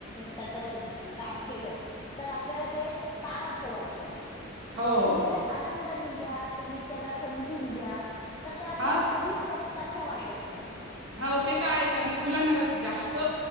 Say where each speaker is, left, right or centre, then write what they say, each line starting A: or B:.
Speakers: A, on the left; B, on the right.
A: त्याच्यावर काम केलं. तर आपल्याला ते ताणाचं वाटतं.
B: हो हो हो
A: तुम्ही ते आनंदानी घ्या तुम्ही त्याला समजून घ्या. तर त्या आपल्याला
B: हा
A: कधीच कष्टाच्या वाटत नाहीत.
B: हव ते त आहेच आणि मुलांना कसं जास्त